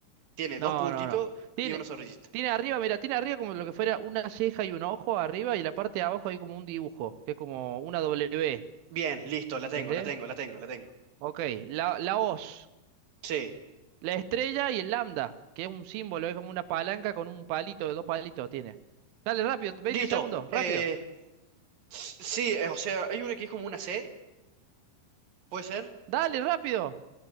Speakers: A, on the right; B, on the right.
A: Tiene
B: No,
A: dos puntitos
B: no, no. Tiene,
A: y una sonrisita.
B: tiene arriba, mira, tiene arriba como lo que fuera una ceja y un ojo arriba y la parte de abajo hay como un dibujo, que es como una W.
A: Bien, listo, la tengo,
B: ¿Entendés?
A: la tengo, la tengo, la tengo.
B: Ok, la, la hoz.
A: Sí,
B: La estrella y el lambda, que es un símbolo, es como una palanca con un palito, dos palitos tiene. Dale, rápido, 20
A: listo.
B: segundos,
A: Eh,
B: rápido.
A: sí, eh, o sea, hay una que es como una C, ¿puede ser?
B: Dale, rápido.